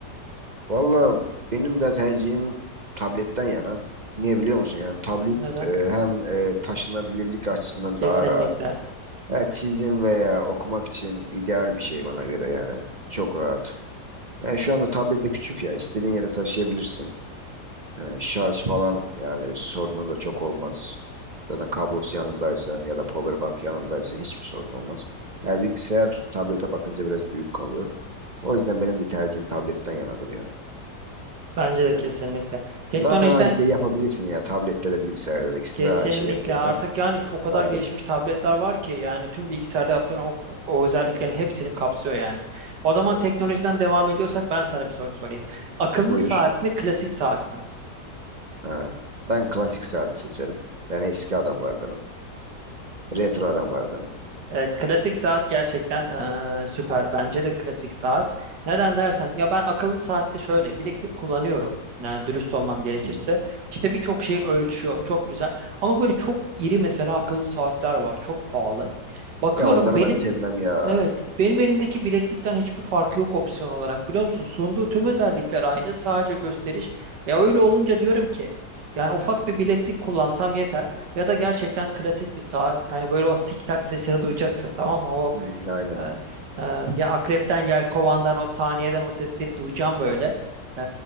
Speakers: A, on the right; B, on the right.
A: Valla benim de tercihim tabletten yana. Niye biliyor musun? Yani tablet
B: Neden?
A: e, hem e, taşınabilirlik açısından
B: Kesinlikle.
A: daha rahat. Ya çizim veya okumak için ideal bir şey bana göre yani. Çok rahat. Yani şu anda tablet de küçük ya. istediğin yere taşıyabilirsin. Yani şarj falan yani sorunun da çok olmaz. Zaten kablosu yanındaysa ya da powerbank yanındaysa hiçbir sorun olmaz. Yani bilgisayar tablete bakınca biraz büyük kalıyor. O yüzden benim de tercihim tabletten yanadır ya.
B: Bence de
A: Yani
B: kesinlikle. Teknolojiden
A: zaten aynı şeyi yapabilirsin ya. Tablette de bilgisayarda da ikisinde
B: kesinlikle
A: de aynı şeyi yapıyorsan.
B: artık yani çok o kadar
A: Tablet.
B: gelişmiş tabletler var ki yani tüm bilgisayarda yaptığın o, o özelliklerin hepsini kapsıyor yani. O zaman teknolojiden devam ediyorsak ben sana bir soru sorayım. Akıllı
A: Buyur.
B: saat mi, klasik saat mi?
A: Ha. Ben klasik sade seçerim. Ben eski adamlardanım. Retro adam var adamın.
B: Evet, klasik saat gerçekten eee, süper. Bence de klasik saat. Neden dersen ya ben akıllı saatte şöyle bileklik kullanıyorum. Yani dürüst olmam gerekirse.
A: Hı.
B: İşte birçok şey ölçüyor. Çok güzel. Ama böyle çok iri mesela akıllı saatler var. Çok pahalı. Bakıyorum
A: Ya onları
B: benim
A: ben sevmem ya.
B: Evet, benim elimdeki bileklikten hiçbir farkı yok opsiyon olarak biliyor musun? Sunduğu tüm özellikler aynı, sadece gösteriş. Ya öyle olunca diyorum ki, yani ufak bir bileklik kullansam yeter ya da gerçekten klasik bir saat. Yani böyle o tik tak sesini duyacaksın tamam mı? O
A: Hı, aynen.
B: ee, e, ya akrepten, yelkovandan o saniyeden o sesleri duyacağım böyle. Ee,